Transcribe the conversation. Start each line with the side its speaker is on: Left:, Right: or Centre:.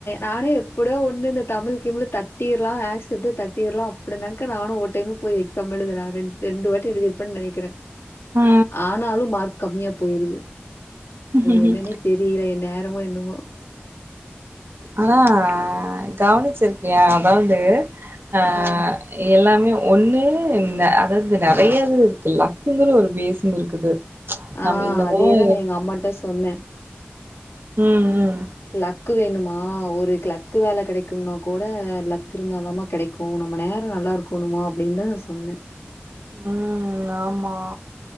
Left: நானு எப்டியோ ஒண்ணு இந்த தமிழ் கிமிழ் தட்டிறலாம் ஆக்சப்ட தட்டிடலாம் அப்படினாக்க நானு ஒ டைம் போய் எக்ஸாம் எழுதுற ரென் ரெண்டுவாட்டி எழுதிருபே நெனைக்கிறே
Right: ஆ.
Left: ஆனாலும் மார்க் கம்மியா போயிருது
Right: ம்ஹ்ம்.
Left: என்னன்னே தெரியல என் நேரம் என்னமோ என்னமோ
Right: ஆனா கவனிச்சிருக்கியா அதாவுது ஆஹ்
Left: ஆ
Right: எல்லாம் ஒண்ணு அதாது நெறைய இது இருக்குல க்குங்கற ஒரு <unintelligible> இருக்குது
Left: ஆஹ்
Right: நம்ம என்னதான்
Left: அதேதான் நான் எங்க அம்மாட்ட சொன்னே
Right: ம், ம்.
Left: லக்கு வேணுமா ஆஹ் ஒரு கிளர்க்கு வேல கிடைக்கும்னா கூட லக் இருந்தாதாம கெடைக்கூ நம்ம நேரோ நல்லா இருக்கணுமா அப்டின்னு சொன்னே
Right: உம் ஆமா